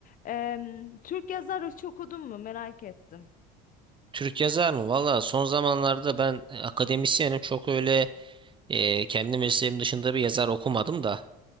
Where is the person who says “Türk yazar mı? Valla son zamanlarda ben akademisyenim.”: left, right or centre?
Right